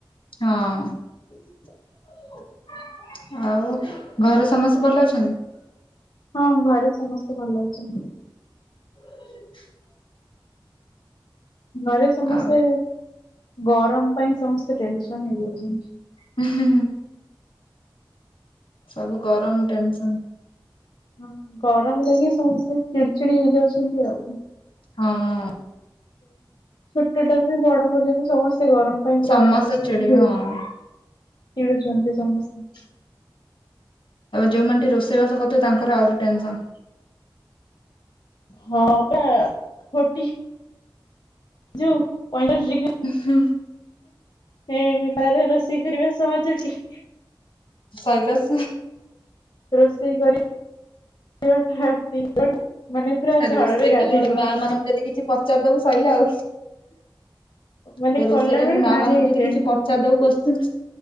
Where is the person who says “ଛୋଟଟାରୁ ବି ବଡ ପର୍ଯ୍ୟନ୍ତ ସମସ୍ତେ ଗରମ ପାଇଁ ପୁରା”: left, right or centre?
Left